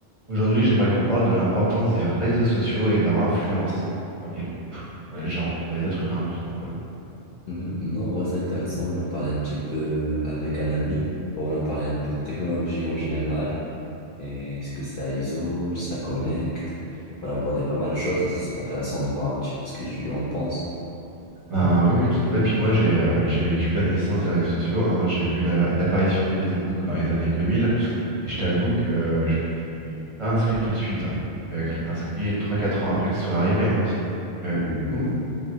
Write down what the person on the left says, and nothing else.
Mhm. Non, en vrai, c'est intéressant. On a parlé un petit peu avec un ami. Bon, on a parlé un peu de technologie en général. Et est-ce que ça isole, ça connecte? On a abordé pas mal de choses et ce serait intéressant de voir un petit peu ce que tu en penses.
Mhm.